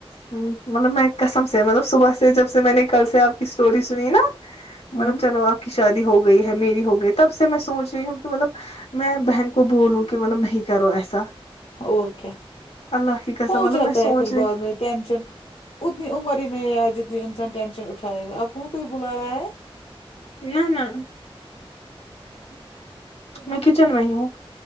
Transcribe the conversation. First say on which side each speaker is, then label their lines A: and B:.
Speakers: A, on the left; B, on the left.
A: مطلب میں قسم سے مطلب صبح سے جب سے میں نے کل سے آپ کی اسٹوری سنی نا
B: ہوں
A: مطلب چلو آپ کی شادی ہو گئی ہے میری ہو گئی تب سے میں سوچ رہی ہوں کہ مطلب میں بہن کو بولوں کہ مطلب نہیں کرو ایسا
B: اور کیا
A: اللہ کی قسم
B: ہو
A: مطلب
B: جاتا
A: میں
B: ہے
A: سوچ
B: پھر
A: رہی
B: بعد میں ٹینشن اتنی عمر ہی نہیں ہے آج جتنی انسان ٹینشن اٹھائے گا آپ کو کوئی بلا رہا ہے
A: نہ نہ
B: اچھا
A: میں کچن میں ہی ہوں